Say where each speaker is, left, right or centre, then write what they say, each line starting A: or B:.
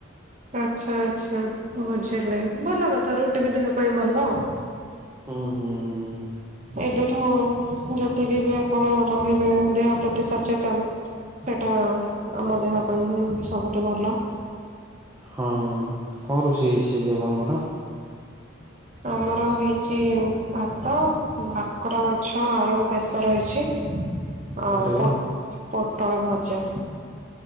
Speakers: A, on the right (about 35°); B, on the right (about 15°).
A: ଆଚ୍ଛା ଆଚ୍ଛା ବୁଝିଲେ ଭଲ କଥା ରୁଟି ବି ଦେହ ପାଇଁ ଭଲ।
B: ହୁଁ ହୁଁ ହୁଁ।
A: ଏବେଠୁ ଯେତିକି ବି ଆପଣ ରହିବେ ଦେହ। ଏତେ ସଚେତନ ସେଇଟା ଆମ ଦେହ ପାଇଁ ହିଁ ସବୁଠୁ ଭଲ
B: ହଁ କଣ ରୋଷେଇ ହେଇଛି ହେଇଛି ଆପଣଙ୍କର?
A: ଆମର ହେଇଛି ଭାତ ଭାକୁର ମାଛ ଆଳୁ ବେଶର ହେଇଛି। ଆଉ
B: ଆରେ ବା
A: ପୋଟ ପୋଟଳ ଭଜା।